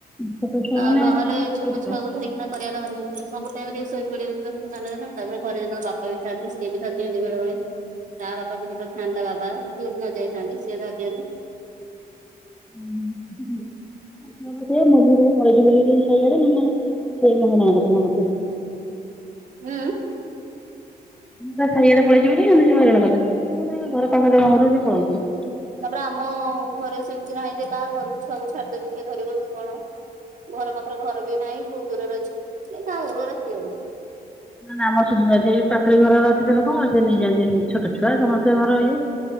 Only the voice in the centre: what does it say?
ଛୋଟ ଛୁଆ
ମାନେ
କେତେ
କଷ୍ଟ
ହୁଁ ହୁଁ। <unintelligible>
ସାଇ ଆଡେ ପଳେଇଛି ମତେ ସେ ହରିରଣା କରିଥାନ୍ତ ବୋଲି ଜଣ କଥା ଘର ପାଖ ଜଣ ଘରୁ ସେ ପଳଉଛି।
ନା ନା ଆମ ସୁଦ ସେ ପାଖୀ ଘର ଅଛିଥିଲେ ଲୋକ ସେ ନେଇଯାନ୍ତି <unintelligible> ଛୁଆ
ସମସ୍ତେ ଘର ଇଏ